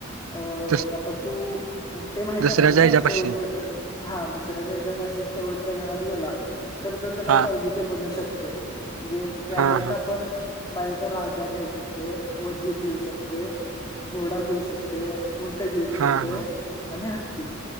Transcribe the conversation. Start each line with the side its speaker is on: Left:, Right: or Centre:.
Left: अं..
Right: दुस
Left: बघ आता तू ते माहित
Right: दुसऱ्याच्या
Left: आहे ना तुला
Right: ह्याच्यापाशी
Left: शेवटच घर हा.. दुसऱ्याच्या याच्यापाशी शेवटच्या घरात गेला तर तो त्याला
Right: हा
Left: पाहिजे
Right: हा
Left: ते बनू शकतोय जे प्याद्याच
Right: हा हा
Left: आपण पाहिजे तर राजा घेऊ शकतोय वजीर घेऊ शकतोय घोडा घेऊ शकतोय. उंट घेऊ शकतोय
Right: हा
Left: आणि हत्ती